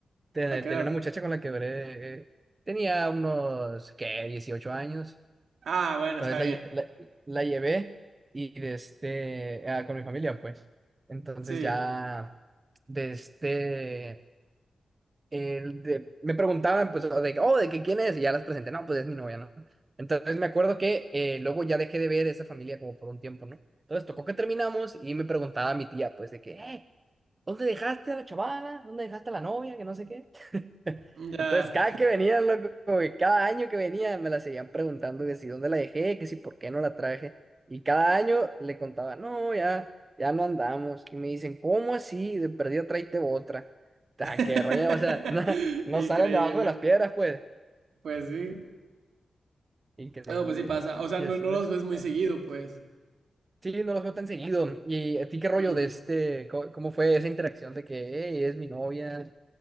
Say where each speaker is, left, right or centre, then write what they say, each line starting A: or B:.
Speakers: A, on the right; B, on the right.
A: te-
B: ¿A qué
A: tenía
B: edad?
A: una muchacha con la que duré, eh, tenía unos, ¿qué? 18 años.
B: Ah, bueno,
A: Entonces
B: está bien.
A: la, lle- la, la llevé y de este, ah, con mi familia, pues. Entonces
B: Sí,
A: ya, de este, el de- me preguntaban, pues, o de, que, oh, ¿de que quién es? Y ya las presenté, no, pues es mi novia, ¿no? Entonces me acuerdo que eh, luego ya dejé de ver esa familia como por un tiempo, ¿no? Entonces tocó que terminamos y me preguntaba a mi tía, pues, de que, "Eh, ¿dónde dejaste a la chavala? ¿Dónde dejaste a la novia? Que no sé qué.
B: ya.
A: Entonces, cada que venían, loco, como que cada año que venían, me la seguían preguntando que si dónde la dejé, que si por qué no la traje. Y cada año le contaba, no, ya, ya no andamos. Y me dicen, ¿cómo así? De perdida tráete otra. Ta,
B: <laughs>
A: qué rollo o sea, <laughs> no, no
B: Increíble.
A: salen debajo de las piedras, pues.
B: Pues sí.
A: Increíble,
B: No, pues sí pasa.
A: ¿eh?
B: O sea,
A: Y
B: no,
A: así,
B: no
A: loco.
B: los ves muy
A: eh,
B: seguido, pues.
A: Sí, no los veo tan seguido. ¿Y a ti qué
B: Mm,
A: rollo de este? ¿Cómo, cómo fue esa interacción de que, hey, es mi novia?